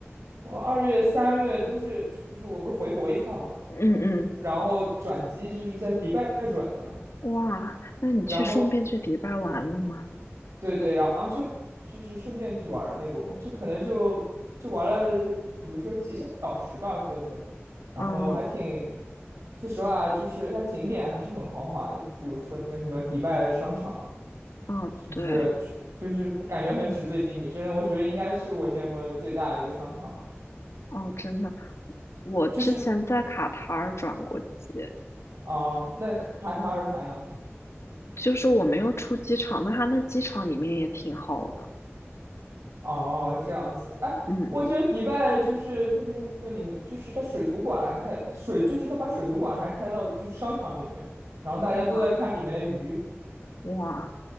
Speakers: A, on the right; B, on the left.
A: 我二月、三月都是，就是我不是回国一趟嘛，
B: 嗯嗯，
A: 然后转机就是在迪拜转的，
B: 哇，那你去顺便去迪拜玩了吗？
A: 然后对对，然后就就是顺便去玩儿那种，就可能就就玩了，比如说几小时吧，各自，然后还挺，
B: 嗯
A: 说实话，就是它景点还是很豪华的，比如说那什么迪拜商场，
B: 嗯，
A: 就是就是感觉很纸醉金迷，
B: 对，
A: 真的，我觉得应该是我见过最大的一个商场了。
B: 哦，真的，我之前在卡塔尔转过机，
A: 就是啊、那卡塔尔咋样？
B: 就是我没有出机场，但它那机场里面也挺好的。
A: 哦，这样子，哎，
B: 嗯，
A: 我觉得迪拜就是它那个里面，就是它水族馆开水，就是它把水族馆还开到就是商场里面，然后大家都在看里面的鱼。
B: 哇哇，